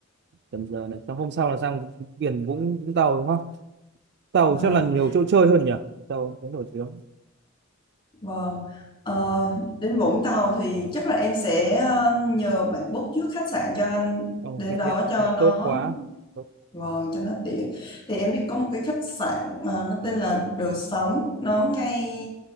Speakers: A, on the right; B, on the left.
A: Cần Giờ này. Xong hôm sau là sang biển Vũng Vũng Tàu đúng không? Tàu
B: Vâng,
A: chắc là nhiều chỗ chơi hơn nhỉ? Tàu thế nổi tiếng.
B: vâng. Ờ, đến Vũng Tàu thì chắc là em sẽ ờ, nhờ bạn book trước khách sạn cho anh
A: Ồ,
B: đến
A: cái
B: đó
A: thế,
B: cho
A: thế
B: nó
A: tốt quá. Tốt.
B: vâng cho nó tiện. Thì em biết có một cái khách sạn ờ, nó tên là Đờ Sóng, nó ngay